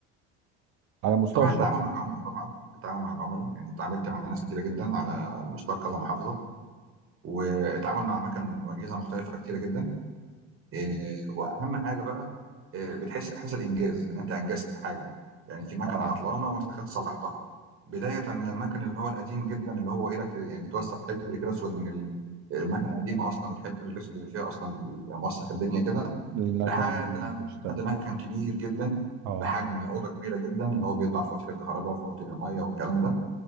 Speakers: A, on the right (about 65°); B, on the right (about 45°).
A: على المستوى
B: طبعا
A: الشخصي
B: التعامل مع العملاء طبعا التعامل مع العملاء يعني اتعاملت مع ناس كتيره جدا على مستوى كذا محافظه واتعامل مع اماكن واجهزه مختلفه كتيره جدا آه، واهم حاجه بقى آه، بتحس احساس الانجاز ان انت انجزت حاجه يعني في مكنه
A: اه
B: عطلانه وانت دخلت صلحتها بدايه من المكن اللي هو القديم جدا اللي هو ايدك يعني توسخ حبر كده اسود من ال- المكنه القديمه اصلا والحبر الاسود اللي فيها اصلا بيبقى موسخ الدنيا كده
A: للمكان
B: لحد
A: الجديد
B: لما
A: اللي بشتغل
B: لحد مكن كبير جدا
A: اه
B: بحجم اوضه كبيره جدا اللي هو بيطبع فواتير الكهرباء وفواتير الميه والكلام ده